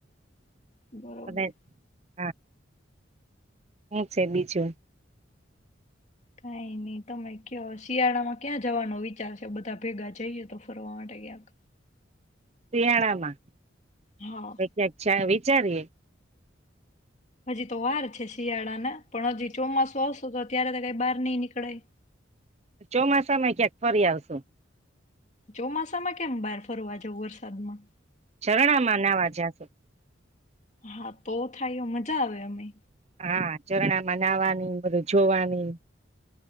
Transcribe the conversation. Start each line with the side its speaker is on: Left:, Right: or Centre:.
Left: બરોબર.
Right: બધા હા. હું છે બીજું?
Left: કઈ નઈ તમે ક્યો શિયાળામાં ક્યાં જવાનો વિચાર છે? બધા ભેગા જઈએ તો ફરવા માટે ક્યાંક.
Right: શિયાળા માં?
Left: હા
Right: <unintelligible> આવી. ચારીએ
Left: હજી તો વાર છે શિયાળાના. પણ હજી ચોમાસું આવશે તો ત્યારે તો કઈ બહાર નઈ નીકળાય.
Right: ચોમાસામાં ક્યાંક ફરી આવશું.
Left: ચોમાસામાં કેમ બાર ફરવા જવું વરસાદમાં?
Right: ઝરણામાં નાવા જાશે.
Left: હા તો થાય એ મજા આવે, અમે
Right: હા, ઝરણામાં નાવાની, બધું જોવાની.